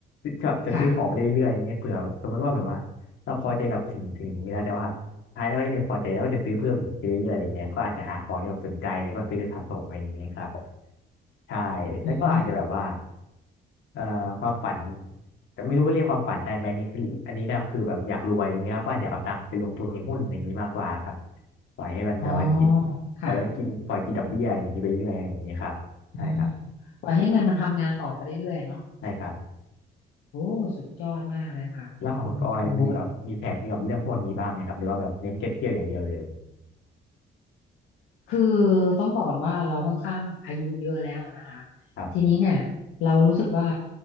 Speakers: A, on the left; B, on the left.
A: ชอบจะซื้อของไปเรื่อยๆอย่างเงี้ยเผื่อสมมติว่าแบบว่าเราพอใจกับสิ่งสิ่งนี้แล้วแต่ว่า
B: ค่ะ
A: ท้ายแล้วก็จะไมีพอใจแล้วก็จะซื้อเพิ่มอีกไปเรื่อยๆอะไรเงี้ยก็อาจจะหาของที่แบบสนใจแล้วก็ซื้อสะสมอะไรอย่างเงี้ยครับใช่แล้วก็อาจจะแบบว่า
B: อืม
A: เอ่อความฝันแต่ไม่รู้ว่าเรียกความฝันได้ไหมนี่คืออันนี้เนี่ยคือแบบอยากรวยอย่างเงี้ยครับก็อาจจะเอาตังค์ไปลงทุนในหุ้นอย่างนี้มากกว่าครับปล่อยให้มันแบบว่ากิน
B: อ๋อค่ะ
A: ปล่อยให้มันกินปล่อยกินดอกเบี้ยอย่างนี้ไปเรื่อยอย่างนี้ครับใช่ครับ
B: อืมปล่อยให้เงินมันทำงานต่อไปเรื่อยๆเนาะ
A: ใช่ครับ
B: โอ้สุดยอดมากเลยค่ะคุณคุณโบ๊ท
A: แล้วของคุณออยมีแบบมีแผนเกี่ยวกับเรื่องพวกนี้บ้างไหมครับหรือว่าแบบเน้นแค่เที่ยวอย่างเดียวเลย
B: คือต้องบอกก่อนว่าเราค่อนข้างอายุเยอะแล้วนะคะ
A: ครับ
B: ทีนี้เนี่ยเรารู้สึกว่า